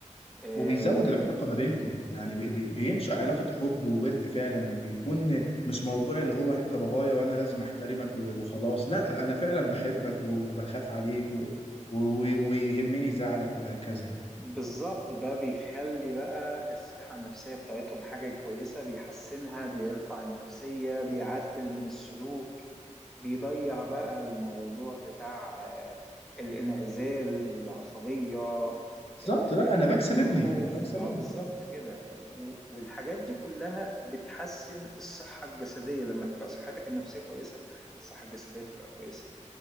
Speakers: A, in the centre; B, on the left.
A: آه،
B: وبيزود العلاقه ما بينكم يعني بي بي بينشا علاقه حب وود فعلا بيكون مش موضوع اللي هو انت بابايا وانا لازم احترمك و- وخلاص لا انا فعلا بحبك وبخاف عليك و- و- و- ويهمني زعلك وهكذا يعني
A: بالظبط ده بيخلي بقى الصحة النفسية بتاعتهم حاجة كويسة بيحسنها بيرفع النفسية بيعدل من السلوك بيضيع بقى الموضوع بتاع آه، الانعزال والعصبية آه،
B: بالظبط
A: آه،
B: لا انا بكسب
A: آه،
B: ابني
A: الخوف
B: بكسب ابني
A: اه بالظبط كده و- والحاجات دي كلها بتحسن الصحة الجسدية لما تبقى صحتك النفسية كويسة الصحة الجسدية بتبقى كويسة